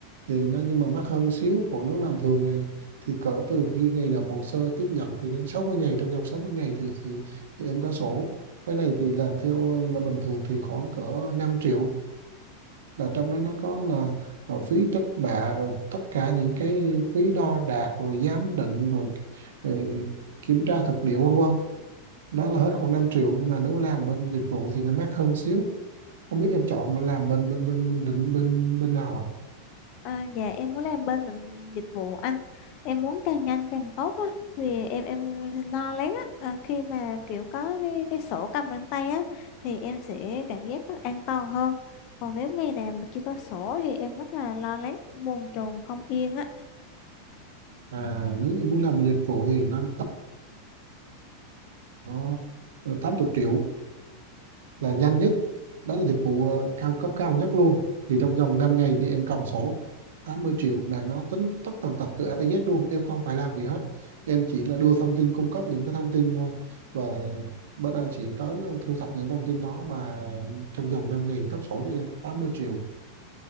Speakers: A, on the right (about 80°); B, on the left (about 50°).
A: thì nó nhưng mà mắc hơn xíu còn nếu làm thường thì, thì cỡ từ khi ngày nộp hồ sơ tiếp nhận thì đến sáu mươi ngày trong vòng 60 ngày thì thì, thì em có sổ cái này thì làm theo là bình thường thì khoảng cỡ năm triệu là trong đó nó có là, là phí trích bạ rồi tất cả những cái phí đo đạc rồi giám định rồi, rồi kiểm tra thực địa vân vân đó là hết khoảng năm triệu nhưng mà nếu làm bên dịch vụ thì nó mắc hơn xíu không biết em chọn mà làm bên bên bên bên định bên bên nào ạ à?
B: À, dạ em muốn làm bên ngành dịch vụ anh em muốn càng nhanh càng tốt á vì em em lo lắng á à, khi mà kiểu có cái cái sổ cầm trên tay á thì em sẽ cảm giác rất an toàn hơn còn nếu ngày nào mà chưa có sổ thì em rất là lo lắng bồn chồn không yên á
A: À, nếu em muốn làm bên dịch vụ thì nó Ồ, 80 triệu là nhanh nhất đó là dịch vụ ờ, cao cấp cao nhất luôn thì trong vòng 5 ngày thì em cầm sổ 80 triệu là nó tính tất tần tật từ A tới Z luôn em không phải làm gì hết em chỉ là đưa thông tin cung cấp những cái thông tin thôi và bên anh sẽ tới ờ, thu thập những thông tin đó và trong vòng 5 ngày thì cấp sổ cho em 80 triệu